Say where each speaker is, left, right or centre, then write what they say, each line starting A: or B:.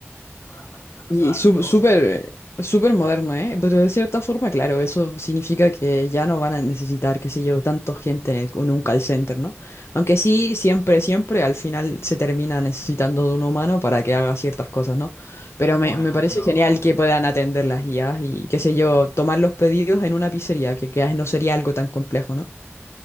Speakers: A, on the left (about 85°); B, on the left (about 65°).
A: Para las, per- las personas,
B: Y sú-
A: los negocios.
B: súper, súper moderno, ¿eh? Pero de cierta forma, claro, eso significa que ya no van a necesitar, qué sé yo, tanto gente en, el- en un call center, ¿no? Aunque sí, siempre, siempre al final se termina necesitando de un humano para que haga ciertas cosas, ¿no? Pero
A: Bueno,
B: me, me parece
A: pero
B: genial que puedan atender
A: sí.
B: las guías y, qué sé yo, tomar los pedidos en una pizzería, que, que no sería algo tan complejo, ¿no?